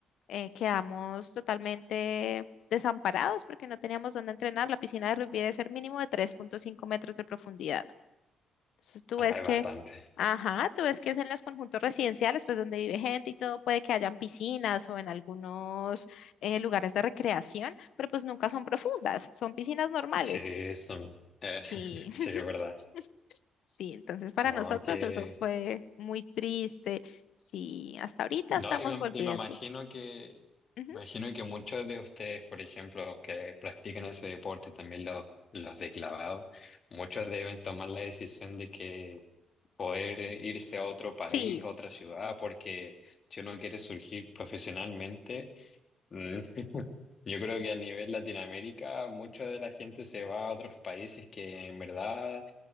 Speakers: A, on the left; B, on the left.
A: eh, quedamos totalmente desamparados porque no teníamos dónde entrenar. La piscina de rugby debe ser mínimo de 3.5 metros de profundidad. Entonces tú
B: ah,
A: ves
B: es
A: que,
B: bastante.
A: ajá, tú ves que es en los conjuntos residenciales, pues donde vive gente y todo, puede que hayan piscinas o en algunos eh, lugares de recreación, pero pues nunca son profundas, son piscinas normales.
B: Sí, son, eh,
A: Sí,
B: <laughs>
A: <laughs>
B: sí, es verdad.
A: sí, entonces para
B: No,
A: nosotros
B: que,
A: eso fue muy triste. Sí, hasta ahorita
B: no,
A: estamos
B: y me,
A: volviendo.
B: y me imagino que,
A: Ujú,
B: imagino que muchos de ustedes, por ejemplo, que practican ese deporte, también los, los de clavado, muchos deben tomar la decisión de que poder eh, irse a otro país,
A: Sí,
B: a otra ciudad, porque si uno quiere surgir profesionalmente, mm, yo
A: sí.
B: creo que a nivel Latinoamérica, mucha de la gente se va a otros países que en verdad